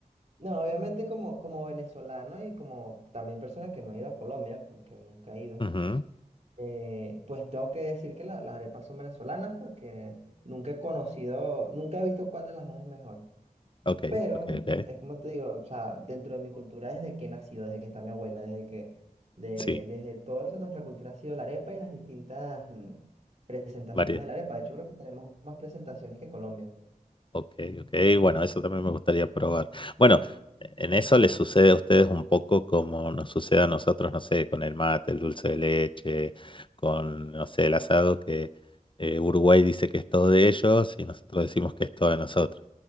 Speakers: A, on the right; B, on the left.
A: no, obviamente como, como venezolano y como también persona que no ha ido a Colombia, porque nunca he ido,
B: Ujú.
A: eh, pues tengo que decir que la- las arepas son venezolanas porque nunca he conocido, nunca he visto cuál de las dos es mejor.
B: Ok,
A: Pero
B: ok, ok.
A: es como te digo, o sea, dentro de mi cultura desde que he nacido, desde que está mi abuela, desde que, de,
B: Sí,
A: desde todo eso, nuestra cultura ha sido la arepa y las distintas mm, presentaciones
B: varias.
A: de la arepa. De hecho, creo que tenemos más presentaciones que Colombia.
B: Ok, ok, bueno, eso también me gustaría probar. Bueno, en eso les sucede a ustedes un poco como nos sucede a nosotros, no sé, con el mate, el dulce de leche, con, no sé, el asado, que eh, Uruguay dice que es todo de ellos y nosotros decimos que es todo de nosotros.